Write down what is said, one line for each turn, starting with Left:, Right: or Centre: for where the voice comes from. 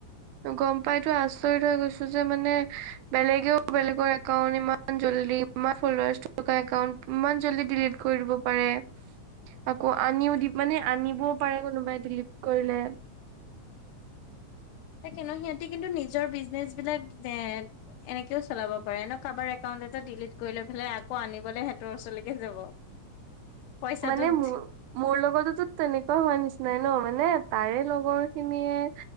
Right: গম পাইতো আচৰিত হৈ গৈছোঁ! যে মানে, বেলেগেও, বেলেগৰ একাউণ্ট ইমান ইমান জল্দি, ইমান ফলোৱাৰ্চ থকা একাউণ্ট, ইমান জল্দি ডিলিট কৰি দিব পাৰে। আকৌ, আনিও দি, মানে, আনিবও পাৰে কোনোবাই ডিলিত কৰিলে।
Left: তাকে ন'! সিহঁতে কিন্তু, নিজৰ বিজনেচ বিলাক, এ, এনেকেও, চলাব পাৰে ন'! কাৰবাৰ একাউণ্ট এটা ডিলিট কৰি লৈ পেলাই। আকৌ, আনিবলে হেঁতৰ ওচৰলৈকে যাব। <inaudible> পইচাটোত
Right: মানে মো মোৰ লগতোতো তেনেকোৱা হোৱা নিচিনাই ন মানে তাৰে লগৰ খিনিয়ে